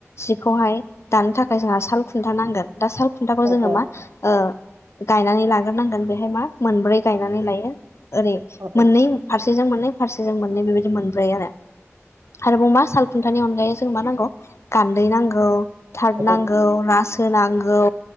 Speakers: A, on the left (about 65°); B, on the right (about 80°).
A: जिखौहाय दानो थाखाय जोंहा साल खुन्था नांगोन दा साल खुन्थाखौ
B: औ
A: जोङो
B: औ
A: मा ओ गायनानै लाग्रोनांगोन बेहाय मा मोनब्रै गायनानै लायो ओरै
B: औ
A: मोननै फारसे फारसेजों मोननै फारसेजों मोननै बेबायदि मोनब्रै आरो आरोब मा साल खुन्थानि अनगायै जों मा नांगौ गान्दै नांगौ थारद
B: औ
A: नांगौ रासो- सो नांगौ